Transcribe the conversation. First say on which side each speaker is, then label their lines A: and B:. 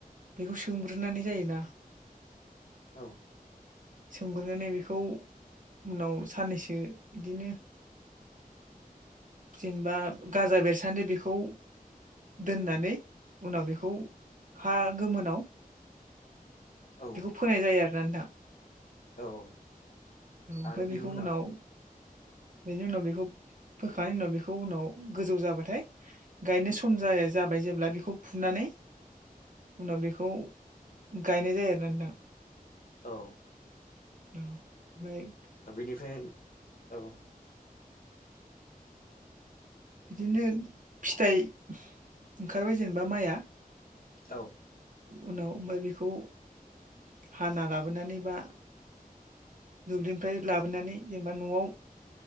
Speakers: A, on the right; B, on the left.
A: बेखौ सोंग्रोनानै जायोना
B: औ
A: सोमग्रोनानै बेखौ उनाव साननैसो बिदिनो जेनेबा गाजा बेरसान्दो बेखौ दोननानै उनाव बेखौ हा गोमोनाव
B: औ औ
A: बेखौ फोनाय जायो आरोना नोंथां
B: औ
A: औ ओमफ्राय
B: आरो बिनि
A: बेखौ उनाव बिनि उनाव बेखौ फोखांनायनि उनाव बेखौ उनाव गोजौ जाबाथाय गायनो सम जाया जाबाय जेब्ला बेखौ फुनानै उनाव बेखौ गायनाय जायो आर नादां
B: औ
A: औ ओफ्राय
B: बेनिफ्राय औ
A: बिदिनो फिथाइ ओंखारबाय जेनेबा माइआ
B: औ
A: उनाव ओमफ्राय बेखौ हाना लाबोनानै बा दुब्लिनिफ्राय लाबोनानै जेनेबा न'आव